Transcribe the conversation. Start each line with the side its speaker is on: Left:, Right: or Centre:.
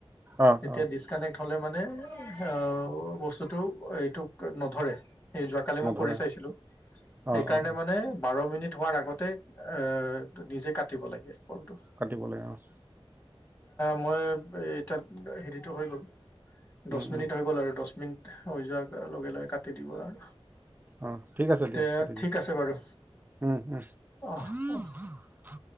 Right: অ
Left: তেতিয়া
Right: অ
Left: ডিচকানেক্ট হলে মানে অঁ, বস্তুতটো এইটোক নধৰে! স যোৱাকালি
Right: নধৰা
Left: মই কৰি চাইছিলো,
Right: অঁ
Left: সেইকাৰণে
Right: অঁ অঁ
Left: মানে বাৰ মিনিট হোৱাৰ আগত তেত অঁ নিজে কাটিব লাগে পলটো।
Right: কাটিব লাগে, অঁ!
Left: মই 'এ' তাত হেৰিতো হৈ গ'ল। দহ
Right: উম,
Left: মিনিট
Right: উম,
Left: হৈ গ'ল আৰু, দহ মিনিট হৈ যোৱাৰ লগে লগে কাটি দিব আৰু!
Right: অঁ ঠিক আছে দিয়া
Left: তে
Right: কাতি দিয়া,
Left: ঠিক আছে বাৰু
Right: উ-উ-!
Left: অঁ অঁ